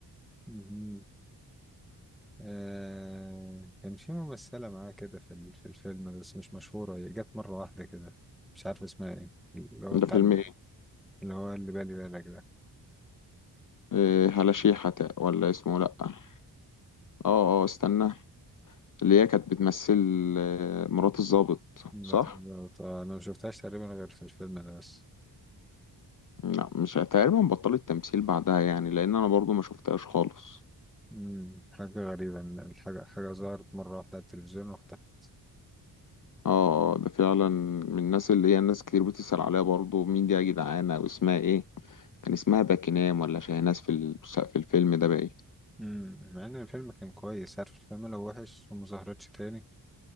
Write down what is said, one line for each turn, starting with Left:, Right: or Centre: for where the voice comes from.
Centre: <laughs> آه كان في ممثلة معاه كده في ال- في الفيلم بس مش مشهورة هي جت مرة واحدة كده مش عارف اسمها ايه اللي هو بتاع
Left: ده فيلم
Centre: ال- اللي هو اللي بالي بالك ده
Left: إيه هلاشيحة تق- ولا اسمه لأ اه اه استنى اللي هي كانت بتمثل آه، مرات الضابط
Centre: بط-
Left: صح؟
Centre: بط- انا ما شفتهاش تقريبا غير في الفيلم ده بس
Left: لا مش تقريبا بطلت تمثيل بعدها يعني لأن أنا برضو ما شفتهاش خالص
Centre: مم. حاجة غريبة ان الحاجة حاجة ظهرت مرة واحدة على التلفزيون واختفت
Left: اه اه ده فعلا من الناس اللي هي الناس كتير بتسأل عليها برضو مين دي يا جدعانة أو اسمها ايه كان اسمها باكينام ولا شاهناز في ال- في الفيلم ده باين
Centre: مم. مع ان الفيلم كان كويس عارف الفيلم لو وحش وما ظهرتش تاني